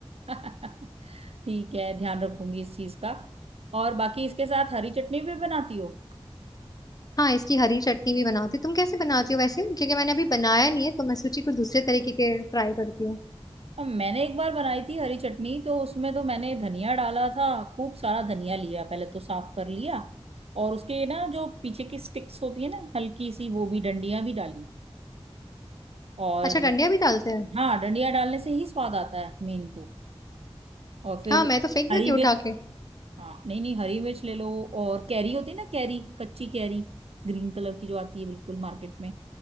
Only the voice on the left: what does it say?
हाँ इसकी हरी चटनी भी बनाती हूँ। तुम कैसे बनाती हो वैसे क्योंकि मैंने अभी बनाया नहीं है तो मैं सोची कुछ दूसरे तरीके के ट्राई करती हूँ
अच्छा डंडिया भी डालते हैं
हाँ मैं तो फेंक देती
हूँ
उठा के